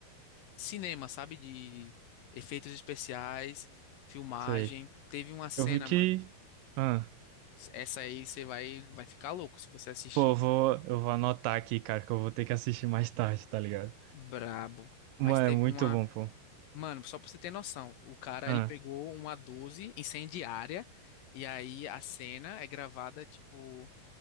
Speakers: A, on the left; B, on the right.
A: cinema, sabe? De efeitos especiais, filmagem.
B: Sei.
A: Teve uma cena,
B: Eu fiquei.
A: mano.
B: Ah,
A: Essa aí você vai, vai ficar louco se você assistir.
B: pô, eu vou, eu vou anotar aqui, cara, que eu vou ter que assistir mais tarde, tá ligado?
A: Brabo.
B: Mas
A: Mas teve
B: é muito
A: uma.
B: bom, pô.
A: Mano, só pra você ter noção, o cara
B: Ah,
A: ele pegou uma 12 incendiária e aí a cena é gravada, tipo,